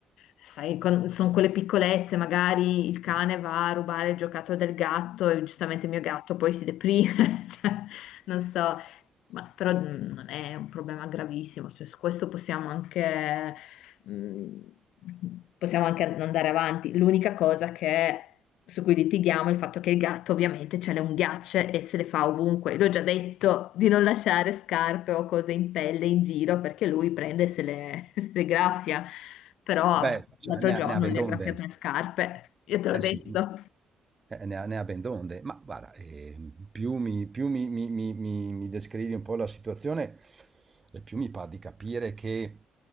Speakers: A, on the left; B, on the right.
A: sai, con- sono quelle piccolezze, magari il cane va a rubare il giocattolo del gatto e giustamente il mio gatto poi si deprime, <laughs> Cioè, non so, ma, però mm, non è un problema gravissimo, cioè, su questo possiamo anche Mm, possiamo anche andare avanti. L'unica cosa che, su cui litighiamo è il fatto che il gatto ovviamente ce le unghiacce e se le fa ovunque. L'ho già detto di non lasciare scarpe o cose in pelle in giro perché lui prende e se le, <laughs> se le graffia. Però
B: beh, cioè
A: l'altro
B: ne
A: giorno
B: ne ha ben
A: gli
B: donde.
A: ha graffiato le scarpe, io te
B: Eh
A: l'ho detto.
B: sì. Eh, ne, a- ne avendo onde, ma guarda, eh, più mi, più mi- mi- mi- mi- mi descrivi un po' la situazione, e più mi pare di capire che